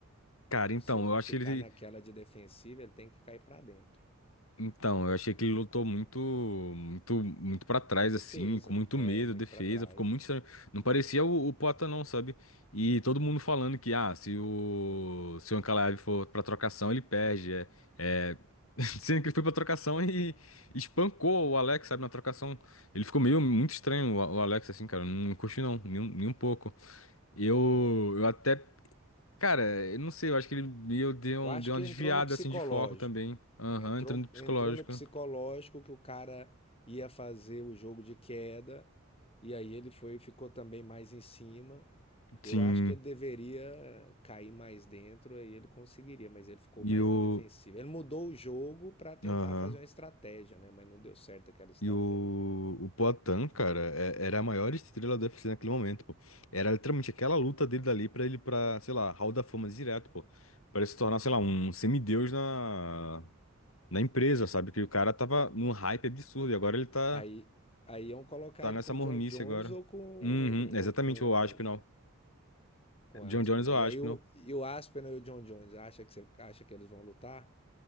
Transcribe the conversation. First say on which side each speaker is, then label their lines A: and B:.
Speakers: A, on the left; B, on the left.
A: Cara, então,
B: Se ele
A: eu
B: não
A: acho
B: ficar
A: que ele.
B: naquela de defensiva, ele tem que cair pra dentro.
A: Então, eu achei que ele lutou muito, muito, muito para trás,
B: Defesa,
A: assim, com muito
B: é
A: medo,
B: muito
A: defesa,
B: pra trás.
A: ficou muito estranho. Não parecia o, o Poata, não, sabe? E todo mundo falando que, ah, se o, se o Ankalaev for pra trocação, ele perde. É, é... <laughs> Sendo que ele foi pra trocação e espancou o Alex, sabe, na trocação. Ele ficou meio muito estranho, o, o Alex, assim, cara, não curti não, nem, um- nem um pouco. Eu, eu até, cara, eu não sei, eu acho que ele meio deu,
B: Eu
A: um-
B: acho
A: deu
B: que
A: uma desviada,
B: entrou no psicológico.
A: assim, de foco também. Aham,
B: Entrou,
A: entrando no psicológico.
B: entrou no psicológico que o cara ia fazer o jogo de queda, e aí ele foi ficou também mais em cima.
A: Sim,
B: Eu acho que ele deveria cair mais dentro, aí ele conseguiria, mas ele ficou
A: e
B: mais
A: o.
B: na defensiva. Ele mudou o jogo para tentar
A: Aham.
B: fazer uma estratégia, né? Mas não deu certo aquela estratégia.
A: E o, o Poatan, cara, é- era a maior estrela do UFC naquele momento, pô. Era literalmente aquela luta dele dali pra ele pra, sei lá, Hall da Fama direto, pô. Pra ele se tornar, sei lá, um semideus na, na empresa, sabe? Que o cara tava num hype absurdo e agora ele tá,
B: Aí, aí iam colocar
A: tá
B: ele
A: nessa
B: com o
A: mormice
B: John Jones
A: agora.
B: ou com,
A: Uhum, exatamente
B: ou com,
A: o Aspinall.
B: com o Aspinall.
A: John Jones ou Aspinall.
B: E aí o, e o Aspinall e o John Jones acha que, você, acha que eles vão lutar?